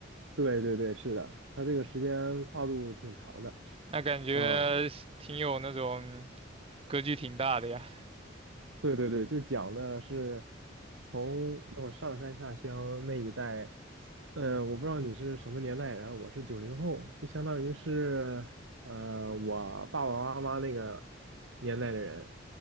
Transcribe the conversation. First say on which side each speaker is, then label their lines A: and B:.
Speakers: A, on the right; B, on the right.
A: 对对对，是的，它这个时间跨度挺长的
B: 那感觉挺有那种
A: 啊。
B: 格局挺大的呀。
A: 对对对，就讲的是从那会儿上山下乡那一代，呃，我不知道你是什么年代人，我是九零后，就相当于是呃我爸爸妈妈那个年代的人。